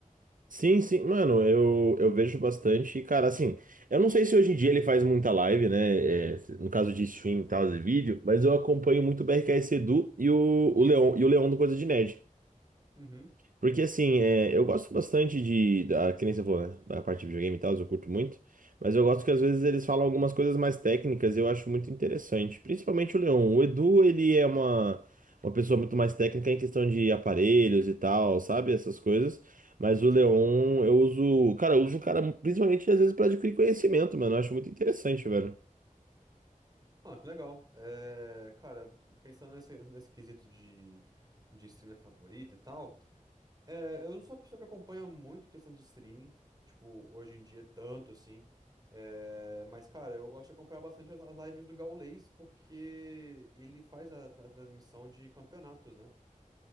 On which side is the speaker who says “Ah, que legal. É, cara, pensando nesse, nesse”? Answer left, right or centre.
Right